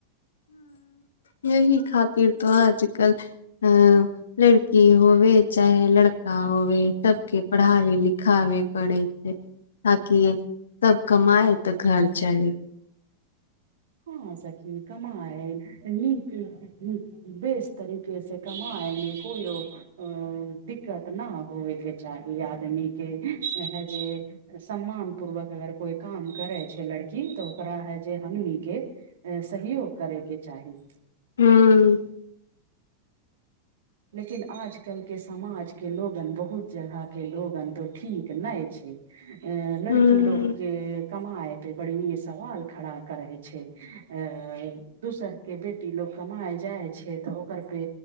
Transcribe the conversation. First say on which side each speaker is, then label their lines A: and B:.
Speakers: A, on the left; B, on the right.
A: यह खातिर त अजकल अ लड़की होवे चाहे लड़का होवे सबके पढ़ाबे लिखाबे पड़ै छै ताकि सब कमाए तऽ घर चलय
B: हँ सखि कमाय नीक बेस तरीक से कमायमे कोयो अ दिक्कत नहि होए के चाही आदमी के हे जे सम्मान पूर्वक अगर कोई काम करे छै लड़की तऽ ओकरा है जे हम नी के सहयोग करैके चाही
A: हूं
B: लेकिन आजकल के समाजके लोगन बहुत जगहके लोगन तऽ ठीक नहि छै अं लड़की
A: हूँ
B: लोकके कमाइ पे बड़ि सवाल खड़ा करै छै अ दोसर के बेटी लोक कमाई जाइ छै तऽ ओकर पे